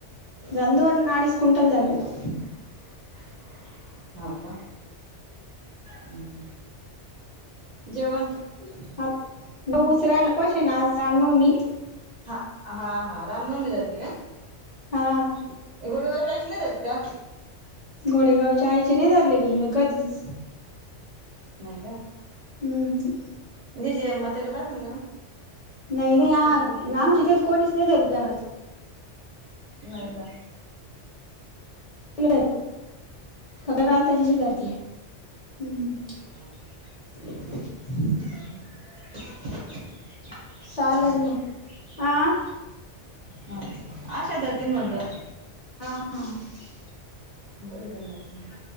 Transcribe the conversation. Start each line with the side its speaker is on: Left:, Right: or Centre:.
Left: काल दोन अडीच क्विंटल झालं.
Right: <inaudible> हो का, हं. जेवण.
Left: <unintelligible> आज रामनवमी
Right: हा हा हा रामनवमी जाते काय?
Left: हां.
Right: <unintelligible>
Left: घोडेगावच्या आईचे नाही धरले बई मग कधीच.
Right: नाही का?
Left: हम्म हम.
Right: <unintelligible>
Left: नाही नाही आज
Right: कुठची मट
Left: आमच्या ते कोणीच नाही धरित घरात.
Right: नई का?
Left: आली बाई आता कान त्याच्याशी धरती या.
Right: हा का?
Left: <unintelligible>
Right: ह् <unintelligible>
Left: चालेल मग आं-
Right: हां. आशा धरते मणल.
Left: हां-
Right: बर झाल असेल,